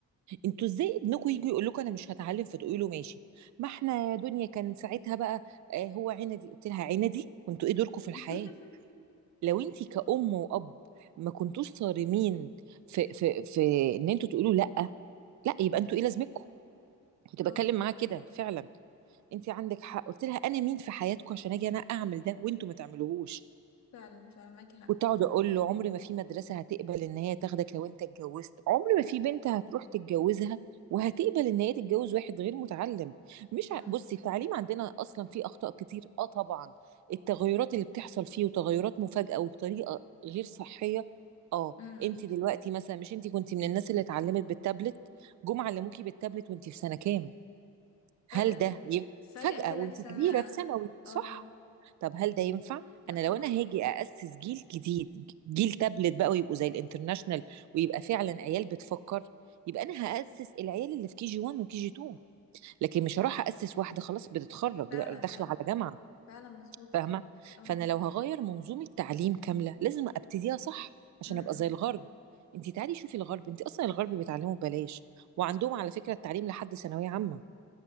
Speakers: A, on the right; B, on the left.
A: انتوا ازاي ابنكم يجي يقول لكم انا مش هتعلم فتقولي له ماشي ما احنا يا دنيا كان ساعتها بقى آه هو عندي قلت لها عندي وانتوا ايه دوركم في الحياه
B: <laughs>
A: لو انت كأم وأب ما كنتوش صارمين في في في ان انتوا تقولوا لا لا يبقى انتوا ايه لازمتكم كنت
B: اه
A: بتكلم معاها كده فعلا انت عندك حق قلت لها انا مين في حياتكم عشان اجي انا اعمل ده وانتوا ما تعملوهوش
B: فعلا فعلا معاكي حق
A: كنت اقعد اقول له عمر ما في مدرسه هتقبل ان هي تاخدك لو انت اتجوزت عمر ما في بنت هتروح تتجوزها وهتقبل ان هي تتجوز واحد غير متعلم مش
B: امم
A: ع... بصي التعليم عندنا اصلا فيه اخطاء كتير اه طبعا التغيرات اللي بتحصل فيه وتغيرات مفاجئه وبطريقه غير صحيه اه
B: امم
A: انت دلوقتي مثلا مش انت كنت من الناس اللي اتعلمت بالتابلت جم علموكي بالتابلت وانت في سنه كام هل
B: فجأة كده
A: ده ي...
B: فجأة
A: فجأة
B: كده
A: وانت
B: في سنة
A: كبيرة في ثانوي صح
B: اه
A: طب هل ده ينفع؟
B: لا
A: انا
B: طبعا
A: لو انا هاجي اسس جيل جديد جيل تابلت بقى ويبقوا زي الانترناشنال ويبقى فعلا عيال بتفكر يبقى انا هاسس العيال اللي في كي جي 1 وكي جي 2 لكن مش هروح اسس واحده خلاص بتتخرج
B: فعلا
A: دا- داخله
B: فعلا
A: على جامعه
B: فعلا مظبوط
A: فاهمه؟
B: اه
A: فانا لو هغير منظومه تعليم كامله لازم ابتديها صح عشان
B: امم
A: ابقى زي الغرب انت تعالي شوفي الغرب انت اصلا الغرب بيتعلموا ببلاش وعندهم على فكره التعليم لحد ثانويه عامه